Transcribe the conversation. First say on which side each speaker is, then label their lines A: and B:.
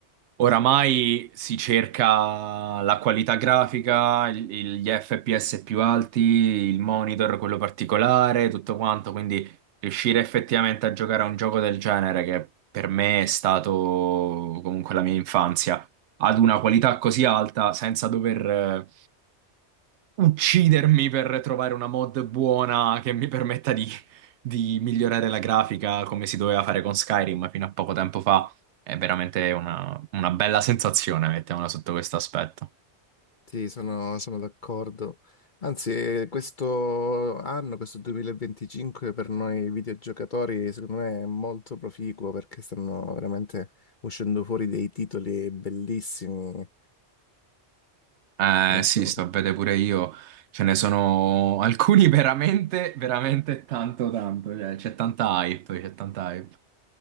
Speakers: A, on the right; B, on the left.
A: oramai si cerca la qualità grafica, il- il- gli FPS più alti, il monitor, quello particolare, tutto quanto, quindi riuscire effettivamente a giocare a un gioco del genere, che per me è stato comunque la mia infanzia, ad una qualità così alta, senza dover... eh, uccidermi per trovare una mod buona che mi permetta di, di migliorare la grafica come si doveva fare con Skyrim fino a poco tempo fa. È veramente una, una bella sensazione, mettiamola sotto questo aspetto.
B: Sì, sono, sono d'accordo. Anzi, eh, questo anno, questo 2025 per noi videogiocatori, secondo me è molto proficuo perché stanno veramente uscendo fuori dei titoli bellissimi.
A: Eh
B: Non
A: sì,
B: so.
A: sto a vedere pure io. Ce ne sono alcuni <laughs> veramente, veramente tanto, tanto. Cioè, c'è tanta hype, c'è tanta hype.